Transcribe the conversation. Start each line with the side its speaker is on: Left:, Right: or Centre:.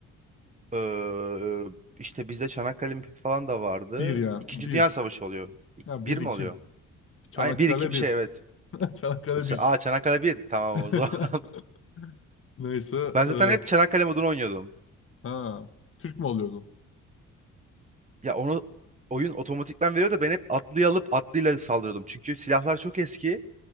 Right: Ee, işte bizde Çanakkale mipi falan da vardı.
Left: Bir yani
Right: İkinci
Left: bir.
Right: Dünya Savaşı oluyor. İk-
Left: yani
Right: Bir
Left: bir
Right: mi
Left: iki.
Right: oluyor?
Left: Çanakkale
Right: Aynen bir iki bir
Left: bir.
Right: şey evet.
Left: <laughs> Çanakkale
Right: Ç-
Left: bir.
Right: Aa Çanakkale bir. Tamam
Left: <laughs>
Right: o zaman. <laughs>
Left: Neyse.
Right: Ben
Left: e,
Right: zaten hep Çanakkale modunu oynuyordum.
Left: ha. Türk mü oluyordun?
Right: Ya onu oyun otomatikman veriyor da ben hep atlıyı alıp atlıyla saldırıyordum. Çünkü silahlar çok eski.